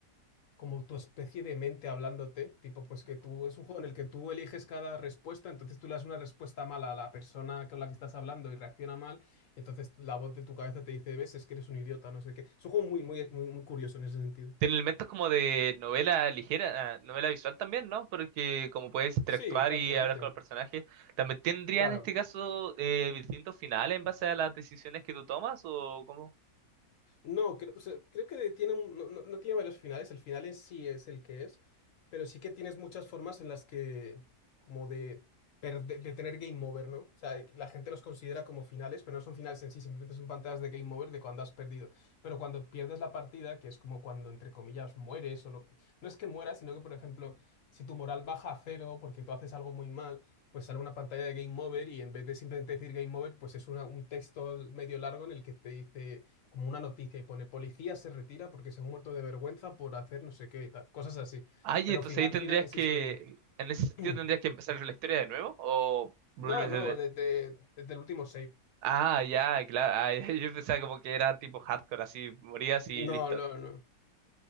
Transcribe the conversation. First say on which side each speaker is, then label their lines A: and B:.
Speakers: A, on the left; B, on the right.
A: como tu especie de mente hablándote, tipo, pues que tú, es un juego en el que tú eliges cada respuesta, entonces tú le das una respuesta mala a la persona con la que estás hablando y reacciona mal, entonces la voz de tu cabeza te dice, ves, es que eres un idiota, no sé qué. Es un juego muy, muy, muy, muy curioso en ese sentido.
B: Tiene elementos como de novela ligera, ah, novela visual también, ¿no? Porque como puedes interactuar
A: Sí, prácticamente,
B: y hablar con los personajes, ¿también tendría
A: claro.
B: en este caso eh, distintos finales en base a las decisiones que tú tomas o cómo?
A: No, creo, o sea, creo que tiene un- no, no- no tiene varios finales, el final en sí es el que es, pero sí que tienes muchas formas en las que, como de, perde- de tener game over, ¿no? O sea, de que la gente los considera como finales, pero no son finales en sí, simplemente son pantallas de game over de cuando has perdido. Pero cuando pierdes la partida, que es como cuando, entre comillas, mueres, o lo- no es que mueras, sino que, por ejemplo, si tu moral baja a cero porque tú haces algo muy mal, pues sale una pantalla de game over y en vez de simplemente decir game over, pues es una- un texto medio largo en el que te dice como una noticia y pone policía se retira porque se ha muerto de vergüenza por hacer no sé qué y tal, cosas así.
B: Ay,
A: Pero
B: entonces
A: final,
B: ahí tendrías
A: final en
B: que,
A: sí solo hay uno.
B: en ese sentido
A: <clears throat>
B: tendrías que empezar la historia de nuevo o vuelves
A: No, de nuevo,
B: desde... el-
A: desde, desde el último save.
B: Ah, ya, claro, ah, <laughs> yo pensaba como que era tipo hardcore, así morías y listo.
A: No, no, no.